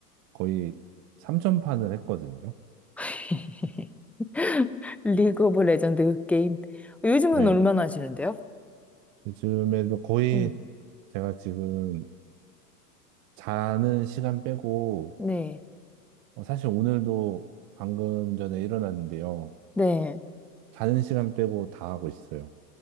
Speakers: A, on the right; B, in the centre.
A: 거의 3천판을 했거든요.
B: <laughs> 리그 오브 레전드 게임. 요즘은
A: 네,
B: 얼마나 하시는데요?
A: 요즘에도 거의
B: 음,
A: 제가 지금 자는 시간 빼고,
B: 네.
A: 어, 사실 오늘도 방금 전에 일어났는데요.
B: 네.
A: 자는 시간 빼고 다 하고 있어요.